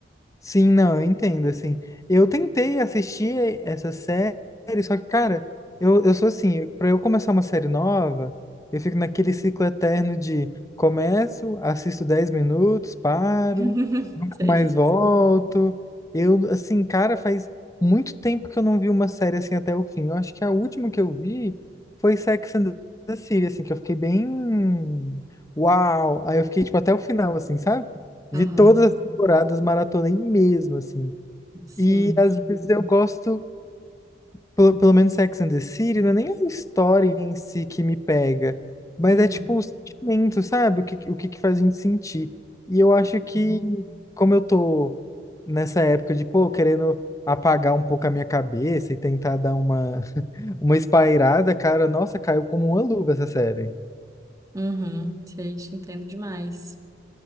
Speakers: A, on the left (about 20°); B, on the right (about 20°).
A: Sim, não, eu entendo, assim. Eu tentei assistir essa série, só que, cara, eu, eu sou assim, pra eu começar uma série nova, eu fico naquele ciclo eterno de começo, assisto 10 minutos, paro,
B: <laughs> Sei.
A: mais volto. Eu, assim, cara, faz muito tempo que eu não vi uma série assim até o fim. Eu acho que a última que eu vi foi Sex and the City, assim, que eu fiquei bem. Uau! Aí eu fiquei, tipo, até o final, assim, sabe? Vi
B: Aham,
A: todas as temporadas, maratonei mesmo, assim.
B: Sim.
A: E às vezes eu gosto. Pelo, pelo menos Sex and the City, não é nem a história em si que me pega, mas
B: Uhum.
A: é tipo o sentimento, sabe? O que, o que que faz a gente sentir. E eu acho
B: Uhum.
A: que, como eu tô nessa época de, pô, querendo apagar um pouco a minha cabeça e tentar dar uma, <laughs> uma espairada, cara, nossa, caiu como uma luva essa série.
B: Uhum. Sei, te entendo demais.